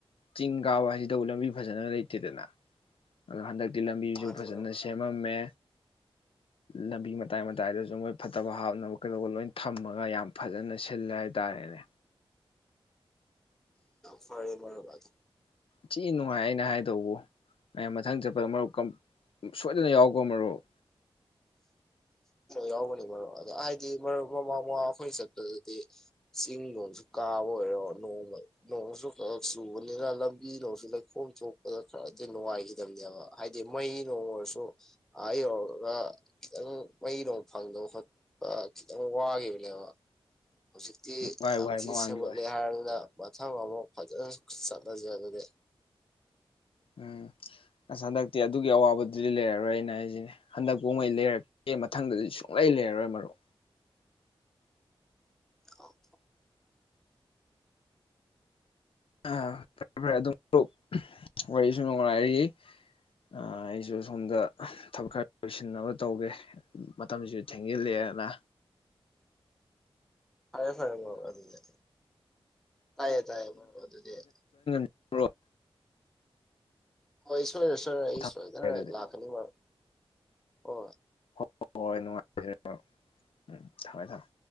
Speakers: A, on the left; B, in the centre.
A: ꯆꯤꯡ ꯀꯥꯕ ꯍꯥꯏꯁꯤꯗꯕꯨ ꯂꯝꯕꯤ ꯐꯖꯅ ꯂꯩꯇꯦꯗꯅ ꯑꯗꯣ ꯍꯟꯗꯛ ꯇꯤ ꯂꯝꯕꯤꯁꯨ
B: ꯃꯥꯅꯤ
A: ꯐꯖꯅ
B: ꯃꯔꯨꯞ
A: ꯁꯦꯝꯃꯝꯃꯦ ꯂꯝꯕꯤ ꯃꯇꯥꯏ ꯃꯇꯥꯏꯗꯁꯨ ꯃꯣꯏ ꯐꯠꯇꯕ ꯍꯥꯞꯅꯕ ꯀꯩꯗꯧꯕ ꯂꯣꯏ ꯊꯝꯃꯒ ꯌꯥꯝ ꯐꯖꯅ ꯁꯤꯜꯂꯦ ꯍꯥꯏꯇꯥꯥꯔꯦꯅꯦ
B: ꯐꯔꯦ ꯃꯔꯨꯞ ꯑꯗꯨꯗꯤ
A: ꯊꯤ ꯅꯨꯡꯉꯥꯏ ꯑꯩꯅ ꯍꯥꯏꯗꯧꯕꯕꯨ ꯍꯌꯦꯡ ꯃꯊꯪ ꯆꯠꯄꯗ ꯃꯔꯨꯞ ꯀꯝ ꯁꯣꯏꯗꯅ ꯌꯥꯎꯀꯣ ꯃꯔꯨꯞ
B: ꯌꯥꯎꯒꯅꯤ ꯃꯔꯨꯞ ꯑꯗꯣ ꯍꯥꯏꯗꯤ ꯃꯔꯨꯞ ꯃ ꯃꯥꯃꯣ ꯑꯩꯈꯣꯏ ꯆꯠꯄꯗꯨꯗꯤ ꯆꯤꯡ ꯅꯨꯡꯁꯨ ꯀꯥꯕ ꯑꯣꯏꯔꯣ ꯅꯣꯡ ꯅꯣꯡꯁꯨ ꯈꯛ ꯆꯨꯕꯅꯤꯅ ꯂꯝꯕꯤꯗꯣꯁꯨ ꯂꯩꯈꯣꯝ ꯊꯣꯛꯛꯄꯗ ꯈꯔꯗꯤ ꯅꯨꯡꯉꯥꯏꯈꯤꯗꯕꯅꯦꯕ ꯍꯥꯏꯗꯤ ꯃꯩ ꯅꯣꯡ ꯑꯣꯏꯔꯁꯨ ꯑ ꯌꯧꯔꯒ ꯈꯤꯇꯪ ꯃꯩꯅꯨꯡ ꯐꯪꯗꯕ ꯈꯣꯠꯄ ꯈꯤꯇꯪ ꯋꯥꯈꯤꯕꯅꯦꯕ ꯍꯧꯖꯤꯛꯇꯤ
A: ꯋꯥꯏ
B: ꯌꯥꯝ
A: ꯋꯥꯏ
B: ꯊꯤꯅ
A: ꯃꯃꯥꯡꯒꯤ
B: ꯁꯦꯝꯒꯠꯂꯦ
A: ꯋꯥꯏ
B: ꯍꯥꯏꯔꯗꯨꯅ ꯃꯊꯪ ꯑꯃꯨꯛ ꯐꯖꯅ ꯆꯠꯅꯁꯦ ꯑꯗꯨꯗꯤ
A: ꯎꯝ ꯑꯁ ꯍꯟꯗꯛꯇꯤ ꯑꯗꯨꯒꯤ ꯑꯋꯥꯕꯗꯨꯗꯤ ꯂꯩꯔꯔꯣꯏ ꯑꯩꯅ ꯍꯥꯏꯁꯤꯅꯦ ꯍꯟꯗꯛ ꯀꯉꯩ ꯂꯩꯔꯛꯇꯦ ꯃꯊꯪꯗꯗꯤ ꯁꯨꯡꯂꯩ ꯂꯩꯔꯔꯣꯏ ꯃꯔꯨꯞ
B: ꯑꯥꯎ
A: ꯐꯔꯦ ꯐꯔꯦ ꯑꯗꯨꯝ ꯃꯔꯨꯞ ꯋꯥꯔꯤꯁꯨ ꯅꯨꯡꯉꯥꯏꯔꯤ ꯑꯩꯁꯨ ꯁꯣꯝꯗ ꯊꯕꯛ ꯈꯔ ꯂꯣꯏꯁꯤꯟꯅꯕ ꯇꯧꯒꯦ ꯃꯇꯝꯁꯤꯁꯨ ꯊꯦꯡꯖꯤꯜꯂꯦꯅ
B: ꯐꯔꯦ ꯐꯔꯦ ꯑꯗꯨꯗꯤ ꯌꯥ ꯇꯥꯏꯌꯦ ꯇꯥꯏꯌꯦ ꯑꯗꯨꯗꯤ ꯌꯥ
A: ꯃꯔꯨꯄ
B: ꯍꯣꯏ ꯁꯣꯏꯔꯦꯏ ꯁꯣꯏꯔꯦꯏ ꯑꯩ
A: ꯃꯊꯪ
B: ꯁꯣꯏꯗꯅ
A: ꯑꯗꯨꯗꯤ
B: ꯂꯥꯛꯀꯅꯤ ꯃꯔꯨꯞ ꯑꯣ
A: ꯍꯣꯏ ꯍꯣꯏ ꯅꯨꯡꯉꯥꯏꯖꯔꯦ ꯃꯔꯨꯞ ꯎꯝ ꯊꯝꯃꯦ ꯊꯝꯃꯦ